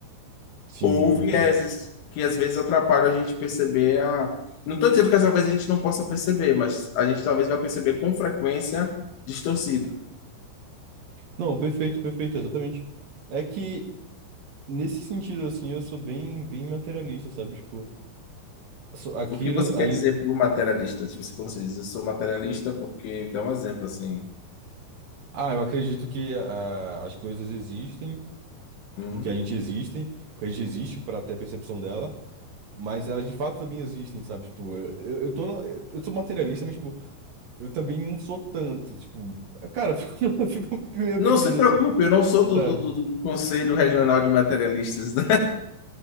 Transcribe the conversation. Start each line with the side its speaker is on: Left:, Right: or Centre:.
Right: Sim.
Left: ou vieses
Right: é-
Left: que às vezes atrapalham a gente perceber a. Não estou dizendo que às vezes a gente não possa perceber, mas a gente talvez vai perceber com frequência distorcido.
Right: Não, perfeito, perfeito, exatamente. É que, nesse sentido, assim, eu sou bem, bem materialista, sabe? Tipo, so- aquilo.
Left: O que você quer
Right: A gente...
Left: dizer por materialista? Tipo, se você diz, eu sou materialista porque... Dá um exemplo, assim.
Right: Ah, eu acredito que ah, as coisas existem,
Left: Hum.
Right: porque a gente existem, porque a gente existe para ter a percepção dela. Mas elas de fato também existem, sabe? Tipo, eu, eu eu tô, na- eu eu sou materialista, mas, tipo, Eu também não sou tanto, tipo, é, cara, eu fico, <laughs> eu fico meio
Left: Não
Right: perdido
Left: se preocupe,
Right: assim,
Left: eu não sou do,
Right: sabe?
Left: do- do- do Conselho Regional de Materialistas. <laughs>